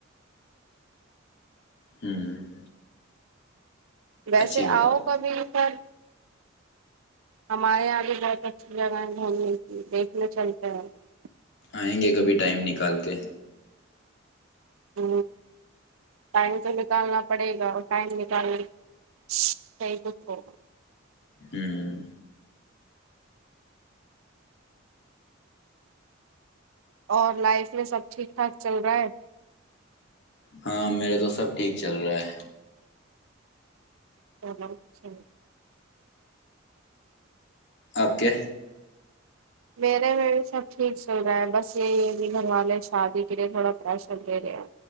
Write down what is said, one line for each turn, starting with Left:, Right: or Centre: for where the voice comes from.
Left: ہوں <unintelligible>
Right: ویسے
Left: اچھی بات
Right: آؤ
Left: ہے
Right: کبھیل پر ہمارے یہاں یہ بہت اچھی جگہ ہے گھومنے کی دیکھنے چلتا ہے <unintelligible>
Left: آئیں گے کبھی ٹائم نکال کے
Right: ہ ٹائم تو نکالنا پڑے گا اور ٹائم نکالنا صحی د ہو
Left: ہوں
Right: اور لائف میں سب ٹھیک ٹھاک چل رہا ہے
Left: ہاں میرا تو سب ٹھیک چل رہا ہے
Right: ہچچی
Left: آپ کے
Right: میرے میں بھی سب ٹھیک چل رہا ہے بس یہی ہے کہ گھر والے شادی کے لیے تھوڑا پریشر دے رہے